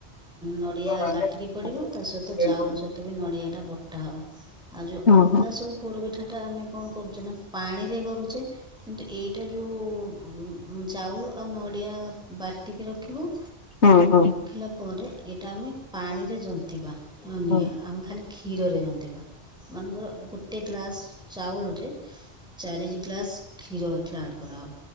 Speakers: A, in the centre; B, on the left.
A: ନଡ଼ିଆ
B: ହଁ ହଁ
A: କାଟିକି ପଡ଼ିବ
B: ହଁ
A: ତା ସହିତ ଚାଉଳ ସହିତ ବି ନଡ଼ିଆଟା ବଟା ହେବ। ଆଉ ଯୋଉ
B: ହଁ
A: ଅଲଗା ସବୁ ପୋଡପିଠା ଟା ଆମେ କଣ କରୁଛେନ ପାଣି ରେ କରୁଛେ କିନ୍ତୁ ଏଇଟା ଯଉ ଉ ବୁ ଉଁ ଚାଉଳ ଆଉ ନଡ଼ିଆ ବାଟିକି ରଖିବ।
B: ହଁ ହଁ।
A: ତା ପରେ ଏଇଟା ଆମେ ପାଣିରେ ଜନ୍ତିବା। ନିଆଁ
B: ହଁ।
A: ଆମେ ଖାଲି କ୍ଷୀରରେ ଜନ୍ତିବା ମନେକର ଗୋଟେ ଗ୍ଲାସ ଚାଉଳରେ ଚାରି ଗ୍ଲାସ କ୍ଷୀର ଏଠି ଆଡ଼ କରାହେବ।